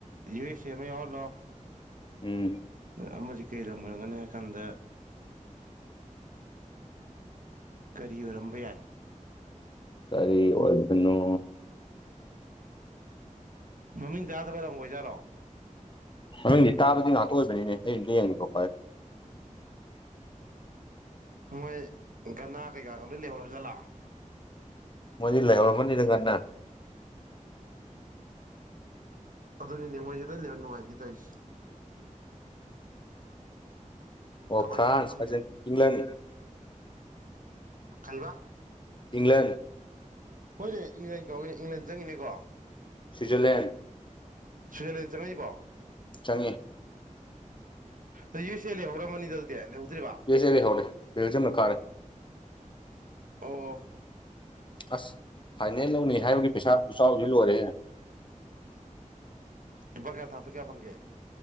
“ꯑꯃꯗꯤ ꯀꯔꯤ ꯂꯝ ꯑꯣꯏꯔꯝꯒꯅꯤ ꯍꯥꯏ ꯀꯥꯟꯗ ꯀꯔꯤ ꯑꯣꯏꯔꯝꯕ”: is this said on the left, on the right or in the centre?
Right